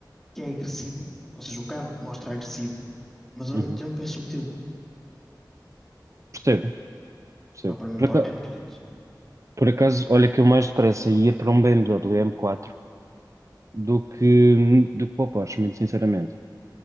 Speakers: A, in the centre; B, on the right.
A: que é agressivo, ou seja, o carro mostra agressivo, mas ao
B: Uhum.
A: mesmo tempo é subtil.
B: Percebo, percebo.
A: Pá, para mim pá, é muito lindo.
B: Por acaso, olha que eu mais depressa ia para um BMW M4 do que, do que para o Porsche, muito sinceramente.